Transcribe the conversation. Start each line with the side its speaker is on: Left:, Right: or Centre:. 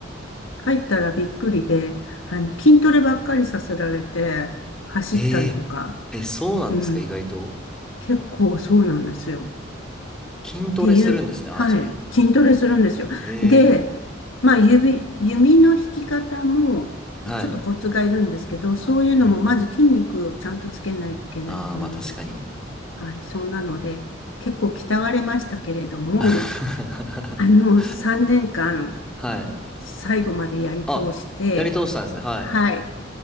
Left: 入ったらびっくりで、あの、筋トレばっかりさせられて、走ったりとか、
Centre: えええ、そうなんですか、
Left: うん、
Centre: 意外と。
Left: 結構そうなんですよ。
Centre: 筋トレするんですね、
Left: っていう、
Centre: アーチェリーって。
Left: はい、筋トレするんですよ。
Centre: え
Left: で、まあ、指、弓の引き方も、
Centre: えはい。
Left: ちょっとコツがいるんですけど、そういうのも、
Centre: うんうん。
Left: まず筋肉をちゃんとつけないといけないっていうので、
Centre: ああ、まあ確かに。
Left: はい、そんなので、結構鍛われましたけれども、
Centre: <laughs>
Left: あの、3年間、
Centre: はい。
Left: 最後までやり通して、
Centre: あ、やり通したんですね、はい。
Left: はい、